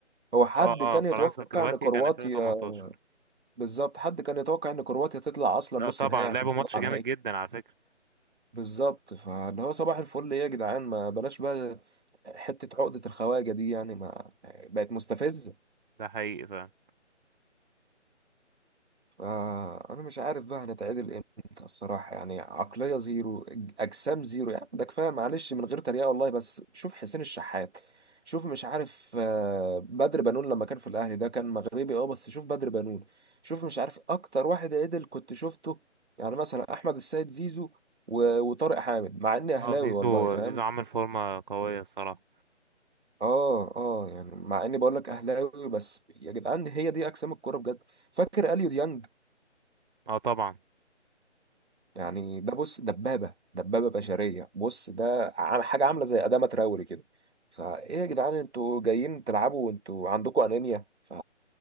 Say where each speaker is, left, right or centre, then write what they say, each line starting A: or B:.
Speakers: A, on the right (about 65°); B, on the right (about 40°).
A: هو حد
B: اه اه
A: كان
B: فرنسا
A: يتوقع
B: وكرواتيا
A: ان كرواتيا
B: كان 2018
A: بالظبط حد كان يتوقع ان كرواتيا تطلع اصلا
B: لا
A: نص
B: طبعا
A: نهائي عشان
B: لعبوا
A: تطلع
B: ماتش جامد
A: نهائي
B: جدا على فكرة
A: بالظبط فاللي هو صباح الفل ايه يا جدعان ما بلاش بقى حتة عقدة الخواجة دي يعني ما بقت مستفزة
B: ده حقيقي فعلا
A: آه انا مش عارف بقى هنتعدل امتى الصراحه يعني عقليه زيرو أج- اجسام زيرو يعني ده كفايه معلش من غير تريقه والله بس شوف حسين الشحات شوف مش عارف آه، بدر بنون لما كان في الاهلي ده كان مغربي اه بس شوف بدر بنون شوف مش عارف اكتر واحد عدل كنت شفته يعني مثلا احمد السيد زيزو و- وطارق حامد مع اني اهلاوي
B: اه زيزو
A: والله فاهم
B: زيزو عامل فورمة قوية الصراحة
A: اه اه يعني مع اني بقول لك اهلاوي بس يا جدعان هي دي اجسام الكوره بجد فاكر اليو ديانج
B: اه طبعا
A: يعني ده بص دبابة دبابة بشرية بص ده عم- حاجة عاملة زي أدامة تراوري كده فإيه يا جدعان أنتوا جايين تلعبوا وأنتوا عندكم أنيميا ف...